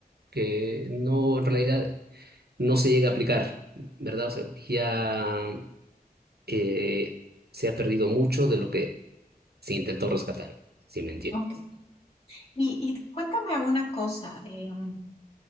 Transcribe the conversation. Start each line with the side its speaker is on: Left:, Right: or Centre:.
Right: que no, en realidad, no se llega a aplicar, ¿verdad? O sea, ya eh, se ha perdido mucho de lo que se intentó rescatar, si me entiendes.
Left: Ok. Y, y cuéntame una cosa, em,